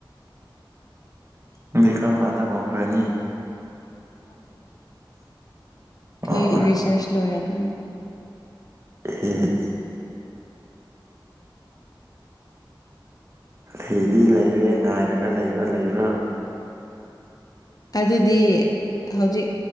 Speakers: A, on the right (about 35°); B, on the left (about 50°).
A: ꯎꯝ ꯀ꯭ꯔꯝ ꯀꯥꯟꯗ ꯍꯣꯡꯈ꯭ꯔꯅꯤ
B: ꯊꯣꯏ
A: ꯑꯣ ꯑꯣ
B: <inaudible> ꯂꯣꯏꯔ ꯀꯥꯟ <inaudible>
A: ꯍꯝ ꯍ <inaudible> ꯂꯩꯗꯤ ꯂꯩꯔꯦ ꯉꯥꯏꯔꯒ ꯂꯩꯔꯣ ꯂꯩꯕꯣ <inaudible>
B: ꯑꯗꯨꯗꯤ ꯍꯧꯖꯤꯛ